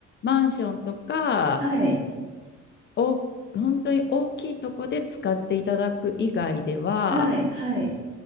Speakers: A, on the left (about 40°); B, on the right (about 30°).
A: マンションとか、
B: はい。
A: お、本当に大きいとこで使っていただく以外では、
B: はい。はい。